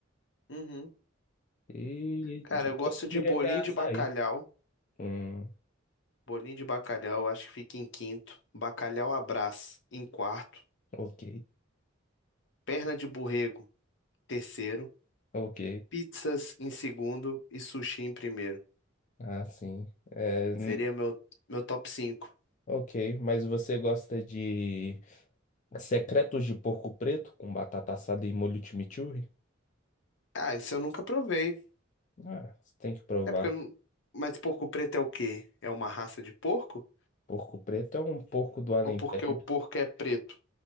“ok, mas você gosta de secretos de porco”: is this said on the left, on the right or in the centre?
Left